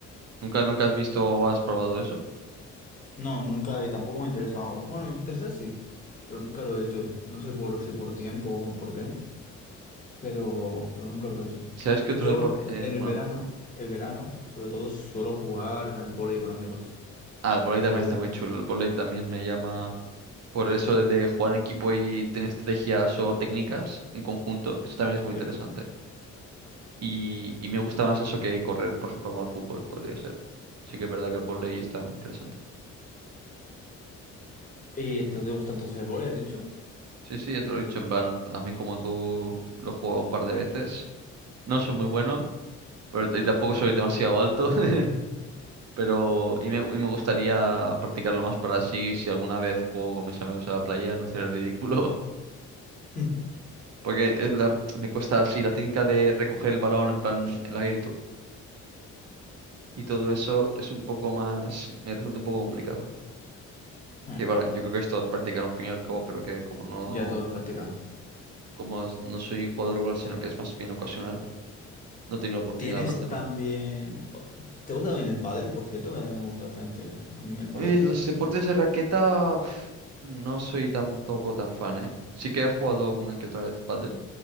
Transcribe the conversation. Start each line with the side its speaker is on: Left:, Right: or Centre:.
Right: ¿Nunca, nunca has visto o has probado eso?
Left: No, nunca, y tampoco me ha interesado. Bueno, y interesado sí, pero nunca lo he hecho. No sé por si por tiempo o por qué, pero, pero nunca lo he hecho.
Right: ¿Sabes qué otro
Left: Yo
Right: deporte?
Left: eh, en
Right: eh, bueno,
Left: el verano, el verano, sobre todo suelo jugar al vóley con amigos,
Right: ah, el vóley
Left: al
Right: también
Left: voleibol.
Right: está muy chulo. El vóley también me llama por eso de de jugar en equipo y tener estrategias o técnicas en conjunto. Eso también es muy interesante.
Left: Sí.
Right: Y, y me gusta más eso que correr, por ejemplo, con el fútbol, podría ser. Sí que es verdad que el vóley está muy interesante.
Left: ¿Y te te gusta entonces el vóley, has dicho?
Right: Sí, sí, ya te lo he dicho, en plan, también como tú lo he jugado un par de veces. No soy muy bueno, pero t- y tampoco soy demasiado alto. <laughs> Pero, y me, y me gustaría practicarlo más para así, si alguna vez juego con mis amigos en la playa, no ser ridículo.
Left: <laughs>
Right: <laughs> Porque es la- me cuesta así, la técnica de recoger el balón en plan el aire y, to- y todo eso es un poco más, me resulta un poco complicado.
Left: Eh,
Right: Que bueno, yo creo que esto es práctica al fin y al cabo, pero que como no,
Left: Ya todo es práctica.
Right: como no soy jugador regular, sino que es más bien ocasional, no he tenido la oportunidad
Left: Tienes
Right: de aprenderlo.
Left: también... ¿Te gusta también el pádel, por cierto? Que a mí me gusta bastante a mí el pádel.
Right: Eh, los deportes de raqueta, pf, no soy tampoco tan fan, ¿eh? Sí que he jugado alguna que otra vez pádel.